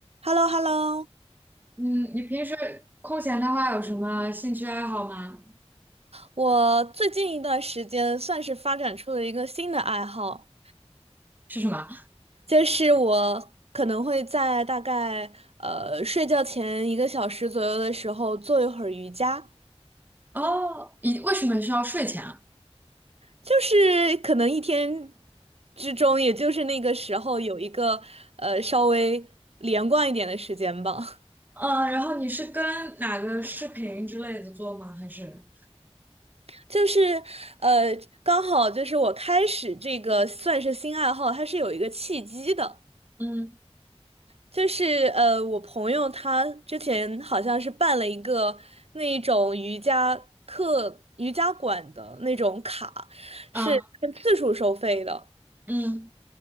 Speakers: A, on the right (about 65°); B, on the right (about 15°).
A: h e l l o h e l l o
B: 嗯，你平时空闲的话有什么兴趣爱好吗？
A: 我最近一段时间算是发展出了一个新的爱好，
B: 是什么？
A: 就是我可能会在大概呃睡觉前一个小时左右的时候做一会儿瑜伽，
B: 哦，你为什么是要睡前啊？
A: 就是可能一天之中，也就是那个时候有一个呃稍微连贯一点的时间吧。
B: 嗯，然后你是跟哪个视频之类的做吗？还是
A: 就是呃刚好就是我开始这个算是新爱好，它是有一个契机的。
B: 嗯
A: 就是呃，我朋友他之前好像是办了一个那一种瑜伽课、瑜伽馆的那种卡，是按次数收费的。
B: 啊嗯